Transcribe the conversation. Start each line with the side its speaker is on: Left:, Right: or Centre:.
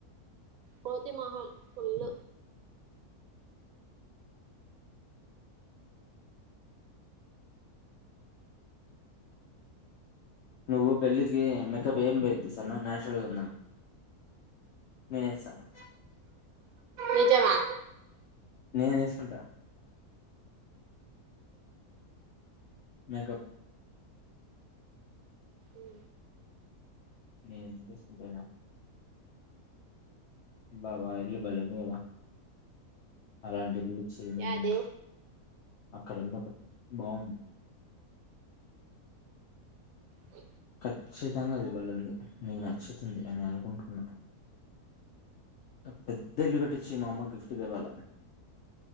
Right: కోతిమొహం ఫుల్
Left: నువ్వు పెళ్లికి మెకప్ ఏం వేయద్దు సరేనా న్యాచురల్గా ఉందామ్. నేనేస్తను
Right: నిజమా
Left: నేనేసు అంట మేకప్
Right: ఉ
Left: నేను ఎందుకేసుకుంటానా బాబా ఆ ఇల్లు బలే ఉంది కదా అలాంట్ టెల్లిచ్చి
Right: అది
Left: అక్ అక్కడుందొకటి బావుంది.
Right: ఉ
Left: కచ్చితంగా అది బలుంది నీకు నచ్చుతుంది అని అనుకుంటున్నా నాకు పెద్ ద్ద ఇల్లు కట్టిచ్చి మా అమ్మకి గిఫ్ట్ గ ఇవ్వల్ల